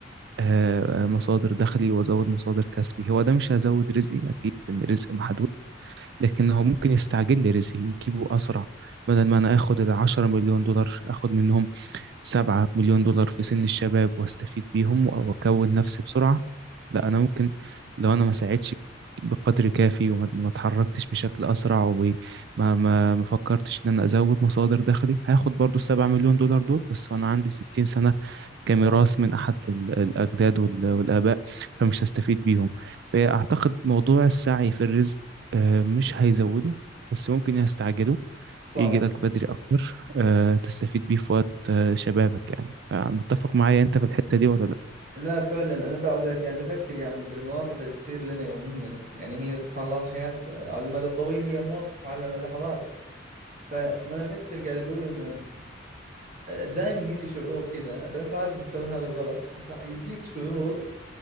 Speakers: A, on the right; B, on the right.
A: آه، مصادر دخلي وأزود مصادر كسبي هو ده مش هزود رزقي أكيد لأن الرزق محدود لكن هو ممكن يستعجل لي رزقي يجيبه أسرع بدل ما أنا آخد العشرة مليون دولار آخد منهم سبعة مليون دولار في سن الشباب واستفيد بيهم و- وأكون نفسي بسرعة لا أنا ممكن لو أنا ما ساعدتش بقدر كافي وما ما اتحركتش بشكل أسرع وما ما ما فكرتش إن أنا أزود مصادر دخلي هاخد برضو السبعة مليون دولار دول بس وأنا عندي ستين سنة كميراث
B: صح
A: من أحد ال- الأجداد وال- والآباء فمش هستفيد بيهم فأعتقد موضوع السعي في الرزق آه، مش هيزوده بس ممكن يستعجله
B: صح
A: يجي لك بدري أكتر آه، تستفيد بيه في وقت آه، شبابك يعني فمتفق معايا أنت في الحتة دي ولا لأ؟
B: لا فعلا أنا بعد قاعد أفكر يعني بالمواقف اللي تصير لنا يوميا يعني هي سبحان الله الحياة على المدى الطويل هي مواقف على لحظات ف... وأنا أفكر قاعد أقول إن دائما يجي شعور كذا اذا انت عارف بتسوي هذا الغلط انت يجيك شعور